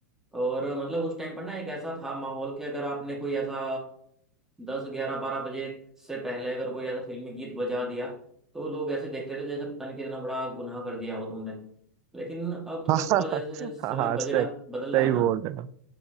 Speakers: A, in the centre; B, on the right.
A: और मतलब उस टाइम पर ना एक ऐसा था माहौल कि अगर आपने कोई ऐसा दस ग्यारह बारह बजे से पहले अगर कोई ऐसा फिल्मी गीत बजा दिया तो लोग ऐसे देखते थे जैसे पता नहीं कितना बड़ा गुनाह कर दिया हो तुमने लेकिन अब
B: <laughs>
A: थोड़ा
B: हाँ हाँ
A: थोड़ा जैसे जैसे समय
B: हाँ हाँ, सही
A: बजरा
B: सही
A: बदल रहा है ना
B: बोल रहे हो